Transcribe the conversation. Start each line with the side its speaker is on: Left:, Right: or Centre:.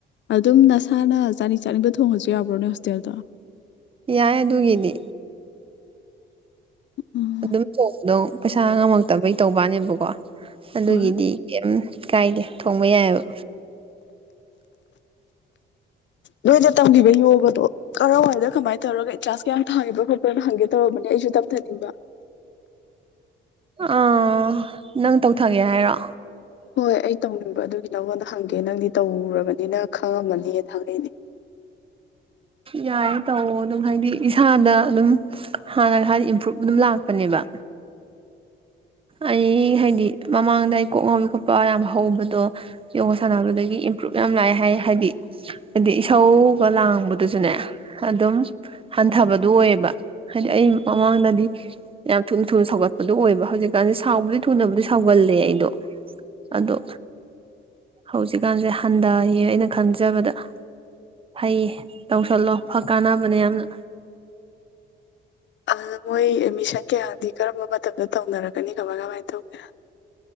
Left: ꯑꯗꯨꯝ ꯅꯁꯥꯅ ꯆꯥꯅꯤꯡ ꯆꯥꯅꯤꯡꯕ ꯊꯣꯡꯉꯁꯨ ꯌꯥꯕ꯭ꯔꯣ ꯅꯣꯏ ꯍꯣꯁꯇꯦꯜꯗꯣ
Right: ꯌꯥꯏ ꯑꯗꯨꯒꯤꯗꯤ
Left: ꯎꯝ
Right: ꯑꯗꯨꯝ ꯇꯧꯕꯗꯣ ꯄꯩꯁꯥ ꯉꯝꯃꯛꯇꯕꯩ ꯇꯧꯕꯋꯥꯅꯦꯕꯀꯣ ꯑꯗꯨꯒꯤꯗꯤ
Left: ꯍꯣꯏ
Right: ꯀꯩꯝ ꯀꯥꯏꯗꯦ ꯊꯣꯡꯕ ꯌꯥꯏꯑꯕ
Left: ꯅꯣꯏꯗ ꯇꯝꯒꯤꯕ ꯌꯣꯒꯗꯣ ꯀꯔꯥꯋꯥꯏꯗ ꯀꯃꯥꯏ ꯇꯧꯔꯒ ꯑꯦꯟꯇ꯭ꯔꯥꯁꯀ ꯌꯥꯝ ꯊꯥꯒꯣꯕ꯭ꯔꯥ ꯈꯣꯠꯄ꯭ꯔꯥꯅ ꯍꯪꯒꯦ ꯇꯧꯔꯝꯕꯅꯦ ꯑꯩꯁꯨ ꯇꯝꯊꯅꯤꯡꯕ
Right: ꯑꯥ ꯅꯪ ꯇꯧꯊꯒꯦ ꯍꯥꯏꯔꯣ
Left: ꯍꯣꯏ ꯑꯩ ꯇꯧꯅꯤꯡꯕ ꯑꯗꯨꯒꯤ ꯅꯪꯉꯣꯟꯗ ꯍꯪꯒꯦ ꯅꯪꯗꯤ ꯇꯧꯔꯨꯔꯕꯅꯤꯅ ꯈꯪꯉꯝꯃꯅꯤꯅ ꯍꯪꯉꯛꯏꯅꯦ
Right: ꯌꯥꯏꯌꯦ ꯇꯧꯑꯣ ꯑꯗꯨꯝ ꯍꯥꯏꯗꯤ ꯏꯁꯥꯅ ꯑꯗꯨꯝ ꯍꯥꯟꯅꯒ ꯍꯥꯏꯗꯤ ꯏꯝꯄ꯭ꯔꯨꯚ ꯑꯗꯨꯝ ꯂꯥꯛꯄꯅꯦꯕ ꯑꯩ ꯍꯥꯏꯗꯤ ꯃꯃꯥꯡꯗ ꯑꯩ ꯀꯣꯛ ꯉꯥꯎꯕꯤ ꯈꯣꯠꯄ ꯌꯥꯝ ꯍꯧꯕꯗꯣ ꯌꯣꯒꯥ ꯁꯥꯟꯅꯕꯗꯒꯤ ꯏꯝꯄ꯭ꯔꯨꯞꯚ ꯌꯥꯝ ꯂꯥꯛꯑꯦ ꯍꯥꯏ ꯍꯥꯏꯗꯤ ꯍꯥꯏꯗꯤ ꯏꯁꯧꯒ ꯂꯥꯡꯕꯗꯨꯁꯨꯅꯦ ꯑꯗꯨꯝ ꯍꯟꯊꯕꯗꯨ ꯑꯣꯏꯌꯦꯕ ꯍꯥꯏꯗꯤ ꯑꯩ ꯃꯃꯥꯡꯗꯗꯤ ꯌꯥꯝ ꯊꯨꯅ ꯊꯨꯅ ꯁꯧꯒꯠꯄꯗꯨ ꯑꯣꯏꯕ ꯍꯧꯖꯤꯛ ꯀꯥꯟꯖꯤ ꯁꯥꯎꯕꯗꯤ ꯊꯨꯅꯕꯨꯗꯤ ꯁꯥꯎꯒꯜꯂꯦ ꯑꯩꯗꯣ ꯑꯗꯣ ꯍꯧꯖꯤꯛꯀꯥꯟꯖꯦ ꯍꯟꯗꯌꯦ ꯑꯩꯅ ꯈꯟꯖꯕꯗ ꯐꯩꯌꯦ ꯇꯧꯁꯜꯂꯣ ꯐꯛ ꯀꯥꯟꯅꯕꯅꯦ ꯌꯥꯝꯅ
Left: ꯑꯗꯨꯗ ꯃꯣꯏ ꯑꯦꯠꯃꯤꯁꯟ ꯀꯌꯥꯗꯤ ꯀꯔꯝꯕ ꯃꯇꯝꯗ ꯇꯧꯅꯔꯛꯀꯅꯤ ꯀꯃꯥꯏ ꯀꯃꯥꯏ ꯇꯧꯒꯦ